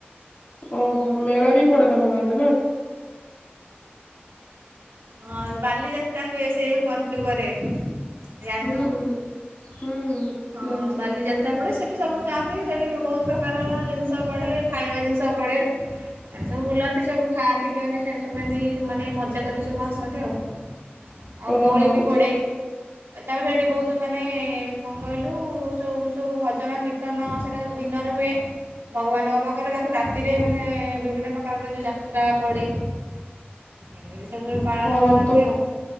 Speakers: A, on the left; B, on the right.
A: ଓହୋ ମେଳା ବି ପଡେ ତମ ଗାଁରେ ନାଁ।
B: ହଁ ବାଲିଯାତ୍ରା ହୁଏ ସେ ପଞ୍ଚୁକରେ ଜାଣିଥିବୁ?
A: ହୁଁ ହୁଁ ହୁଁ।
B: ହଁ
A: ଜାଣିଛି
B: ବାଲିଯାତ୍ରା ପଡେ ସେଠି ସବୁ ଯାଆନ୍ତି ସେଠି ବହୁତ ପ୍ରକାରର ଜିନ୍ ଷ ପଢ଼େ ଖାଇବା ଜିନିଷ ପଢ଼େ। ଏମନ୍ତି ସବୁ ବୁଲନ୍ତି ସବୁ ଖାଆନ୍ତି ପିଅନ୍ତି ସେ ସବୁ ଏମିତି ମାନେ ମଜା କରିକି ସବୁ ଆସନ୍ତି ଆଉ। ଆଉ
A: ଓହୋ
B: ଦୋଳି ବି ପଡେ
A: ତୁ
B: ତାପରେ ଏଠି ବହୁତ ମାନେ। କଣ କହିଲୁ ସବୁ ସବୁ ଭଜନ କୀର୍ତ୍ତନ ସେଇଟା ସବୁ ଦିନରେ ହୁଏ। ଭଗବାନଙ୍କ ପାଖରେ ତାପରେ ରାତିରେ ମାନେ ବିଭିନ୍ନ ପ୍ରକାରର ଯୋଉ ଯାତ୍ରା ପଡେ। ଏମିତି ସବୁବେଳେ ପାଳନ
A: ଓହୋ
B: କରନ୍ତି
A: ତୁ
B: ଆଉ